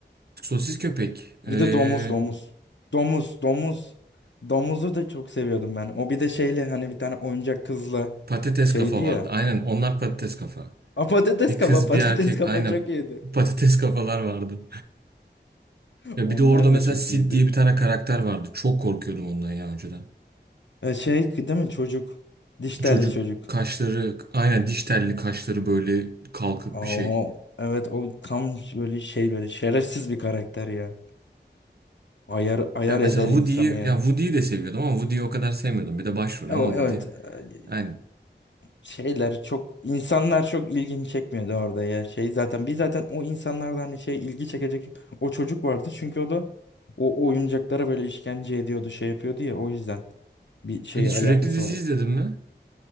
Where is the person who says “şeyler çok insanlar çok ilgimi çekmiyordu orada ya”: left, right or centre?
Left